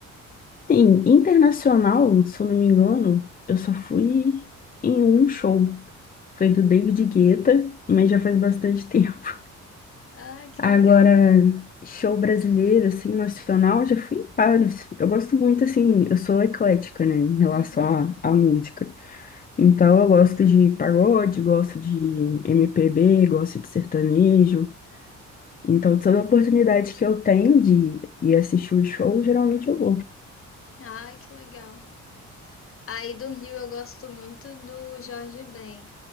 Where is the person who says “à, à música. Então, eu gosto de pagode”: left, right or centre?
Left